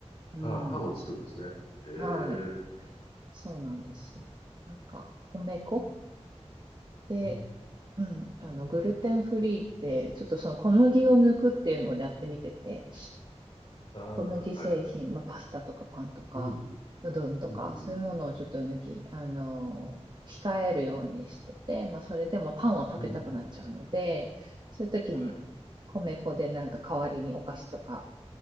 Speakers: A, on the right; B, on the left.
A: うん。
B: ああ、パンを作るんですね。ええ。う
A: はい。そうなんですよ。なんか、米粉で、
B: ん。
A: うん、あの、グルテンフリーって、ちょっとその小麦を抜くっていうのをやってみてて、
B: ああ、
A: 小麦製品、
B: はい、はい、はい。
A: まあ、パスタとかパンとか、
B: うん、
A: うどんとか、
B: うん、
A: そういうものをちょっと抜き、
B: うん、
A: あの、控えるようにしてて、まあ、それでもパンを食べたくなっちゃうので、
B: うん、うん。うん
A: そういう時に米粉でなんか代わりにお菓子とか、
B: はい。